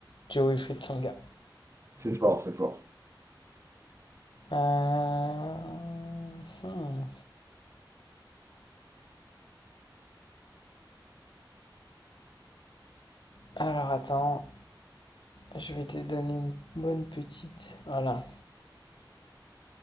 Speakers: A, on the left; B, on the right.
A: Joe Wilfried Tsonga.
B: C'est fort, c'est fort.
A: Euh, hmm. Alors attends, je vais te donner une bonne petite. Voilà.